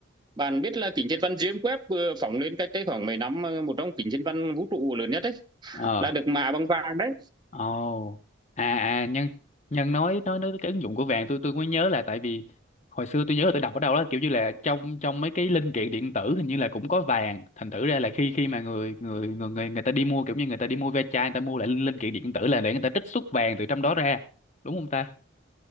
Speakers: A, on the right; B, on the left.
A: bạn biết là kính thiên văn James Webb vừa phóng lên cách đây khoảng mấy năm ờ, một trong kính thiên văn vũ trụ lớn nhất đấy
B: ờ
A: là được mạ bằng vàng đấy
B: ồ à à nhân nhân nói nói nói cái ứng dụng của vàng tôi tôi mới nhớ là tại vì hồi xưa tôi nhớ là tôi đọc ở đâu đó kiểu như là trong trong mấy cái linh kiện điện tử hình như là cũng có vàng thành thử ra là khi khi mà người người người người người ta đi mua kiểu như người ta đi mua ve chai người ta mua lại linh, linh kiện điện tử là để người ta trích xuất vàng từ trong đó ra đúng không ta